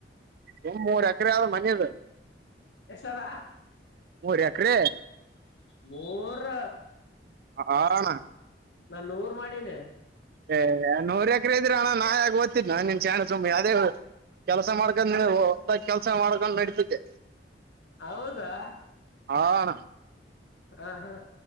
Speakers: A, on the right; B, on the left.
A: ಸುಮ್ ಮೂರ್ ಎಕರೆ ಆದ್ ಮನಿದು
B: ಎಷ್ಟದ
A: ಮೂರ್ ಎಕ್ರೆ
B: ಮೂರ್ರ
A: ಹಾ ಅಣ್ಣ
B: ನಾ ನೂರ್ ಮಾಡೀನಿ
A: ಏ ನೂರ್ ಎಕ್ರೆ ಇದ್ರ ಅಣ್ಣಾ ನಾಕ್ ಓದ್ತಿದ್ದೆ ನಿನ್ ಶ್ಯಾನೆ ಸುಮ್ಮ ಯಾವದೇ ಕೆಲ್ಸ ಮಾಡ್ಕೊಂತೀನಿ ಒತ್ತಾಗಿ ಕೆಲ್ಸ ಮಾಡ್ಕೊಂಡ್ ನಡತೆ
B: ಹೌದಾ
A: ಹಾ ಅಣ್ಣ
B: ಹಾ ಹಾ